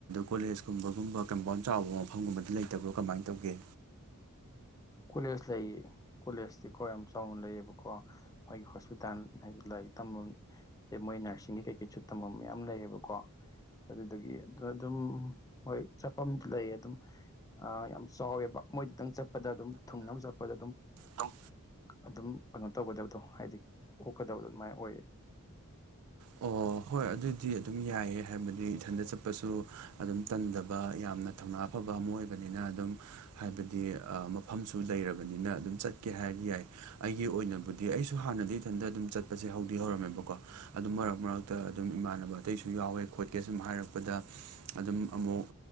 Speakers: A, on the right (about 80°); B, on the left (about 15°).
A: ꯀꯣꯂꯦꯖꯀꯨꯝꯕꯒꯨꯝꯕ ꯀꯝꯄꯥꯎꯟ ꯆꯥꯎꯕ ꯃꯐꯝꯒꯨꯝꯕꯗꯤ ꯂꯩꯇꯕ꯭ꯔꯣ ꯀꯃꯥꯏꯅ ꯇꯧꯒꯦ
B: ꯀꯣꯂꯦꯁ ꯂꯩꯌꯦ ꯀꯣꯂꯦꯖꯇꯤꯀꯣ ꯌꯥꯝ ꯆꯥꯎꯅ ꯂꯩꯌꯦꯕꯀꯣ ꯃꯣꯏꯒꯤ ꯍꯣꯁꯄꯤꯇꯥꯜ ꯍꯥꯏꯗꯤ ꯂꯥꯏꯔꯤꯛ ꯇꯝꯕꯝꯗꯤ ꯃꯣꯢ ꯅꯔꯁꯤꯡꯒꯤ ꯀꯩꯀꯩꯁꯨ ꯇꯝꯚꯝ ꯃꯌꯥꯝ ꯂꯩꯌꯦꯕꯀꯣ ꯑꯗꯨꯗꯒꯤ ꯑꯗꯨꯝ ꯍꯣꯏ ꯆꯠꯐꯝ ꯂꯩꯌꯦ ꯑꯗꯨꯝ ꯑꯥ ꯌꯥꯝ ꯆꯥꯎꯋꯦꯕ ꯃꯣꯏꯗꯨꯇꯪ ꯆꯠꯄꯗ ꯑꯗꯨꯝ ꯊꯨꯡꯅꯕ ꯆꯠꯄꯗ ꯑꯗꯨꯝ
A: ꯑꯗꯨꯝ
B: ꯑꯗꯨꯝ ꯀꯩꯅꯣ ꯇꯧꯒꯗꯕꯗꯣ ꯍꯥꯏꯗꯤ ꯑꯣꯛꯀꯗꯕꯗꯣ ꯑꯗꯨꯃꯥꯏꯅ ꯑꯣꯏꯔꯦ
A: ꯑꯣ ꯍꯣꯏ ꯑꯗꯨꯢꯗꯤ ꯑꯗꯨꯝ ꯌꯥꯏꯌꯦ ꯍꯥꯏꯕꯗꯤ ꯏꯊꯟꯗ ꯆꯠꯄꯁꯨ ꯑꯗꯨꯝ ꯇꯟꯗꯕ ꯌꯥꯝꯅ ꯊꯧꯅꯥ ꯐ ꯐꯕ ꯑꯃ ꯑꯣꯏꯕꯅꯤꯅ ꯑꯗꯨꯝ ꯍꯥꯏꯕꯗꯤ ꯃꯐꯝꯁꯨ ꯂꯩꯔꯕꯅꯤꯅ ꯑꯗꯨꯝ ꯆꯠꯀꯦ ꯍꯥꯏꯔꯗꯤ ꯌꯥꯏ ꯑꯩꯒꯤ ꯑꯣꯏꯅꯕꯨꯗꯤ ꯑꯩꯁꯨ ꯍꯥꯟꯅꯗꯤ ꯏꯊꯟꯇ ꯑꯗꯨꯝ ꯆꯠꯄꯁꯦ ꯍꯧꯗꯤ ꯍꯧꯔꯝꯃꯦꯕꯀꯣ ꯑꯗꯨꯝ ꯃꯔꯛ ꯃꯔꯛꯇ ꯑꯗꯨꯝ ꯏꯃꯥꯟꯅꯕ ꯑꯇꯩꯁꯨ ꯌꯥꯎꯋꯦ ꯈꯣꯠꯀꯦ ꯁꯨꯝ ꯍꯥꯏꯔꯛꯄꯗ ꯑꯗꯨꯝ ꯑꯃꯨꯛ